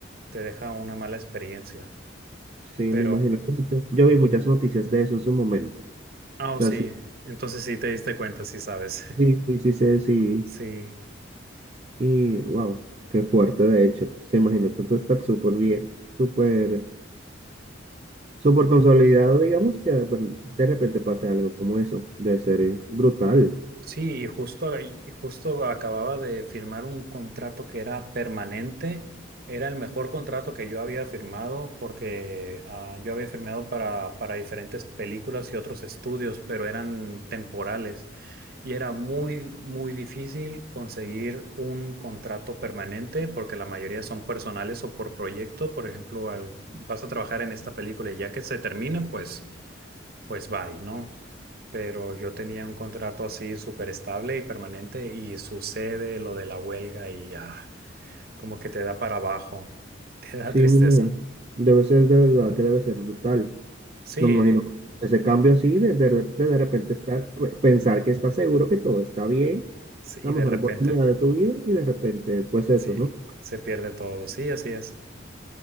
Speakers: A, on the right; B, on the right.
A: te deja una mala experiencia.
B: Sí,
A: Pero,
B: me imagino que mucho. Yo vi muchas noticias de eso en su momento. O
A: ah, oh,
B: sea,
A: sí,
B: sí,
A: entonces sí te diste cuenta, sí sabes. <laughs>
B: sí, sí, sí, sé, sí.
A: Sí,
B: Y wow, qué fuerte, de hecho. Se imagina tú estar súper bien, súper súper consolidado, digamos, que de, de repente pase algo como eso. Debe ser eh, brutal.
A: Sí, y justo, ahí- y justo acababa de firmar un contrato que era permanente. Era el mejor contrato que yo había firmado porque ah, yo había firmado para, para diferentes películas y otros estudios, pero eran temporales. Y era muy, muy difícil conseguir un contrato permanente porque la mayoría son personales o por proyecto. Por ejemplo, al- vas a trabajar en esta película y ya que se termine, pues, pues bye, ¿no? pero yo tenía un contrato así súper estable y permanente y sucede lo de la huelga y ah, como que te da para abajo, <laughs> te da
B: Sí,
A: tristeza.
B: me imagino. Debe ser de verdad que debe ser brutal.
A: Sí,
B: No me imagino. Ese cambio así, de, de, de de repente estar, pe- pensar que estás seguro que todo está bien,
A: sí, y
B: la
A: de
B: mejor
A: repente
B: oportunidad de tu vida, y de repente, pues eso,
A: sí,
B: ¿no?
A: se pierde todo, sí, así es,